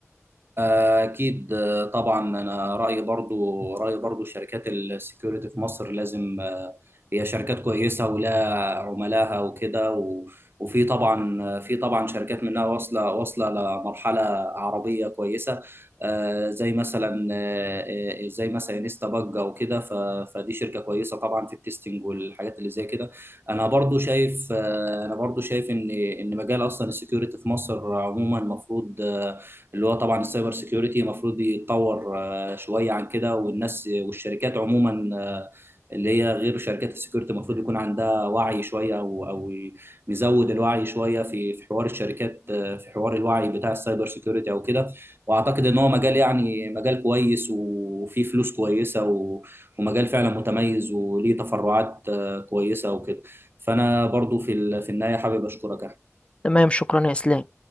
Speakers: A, on the right; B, on the left.
A: أكيد آه، طبعا أنا رأيي برضو رأيي برضو شركات السكيورتي في مصر لازم آه، هي شركات كويسة ولها عملاها وكده و- وفي طبعا آه، في طبعا شركات منها واصلة واصلة لمرحلة عربية كويسة آه، زي مثلا آه، آه، زي مثلا انستا باج أو كده ف- فدي شركة كويسة طبعا في التستنج والحاجات اللي زي كده أنا برضو شايف آه، أنا برضو شايف إن إن مجال أصلا السكيورتي في مصر عموما المفروض آه، اللي هو طبعا السايبر سيكيورتي المفروض يتطور آه، شويه عن كده والناس والشركات عموما آه، اللي هي غير شركات السكيورتي المفروض يكون عندها وعي شويه او او نزود الوعي شويه في في حوار الشركات آه، في حوار الوعي بتاع السايبر سيكيورتي او كده واعتقد ان هو مجال يعني مجال كويس وفيه فلوس كويسه و- ومجال فعلا متميز وليه تفرعات آه، كويسه وكده فانا برضو في ال- في النهايه حابب اشكرك يا
B: تمام شكرا يا إسلام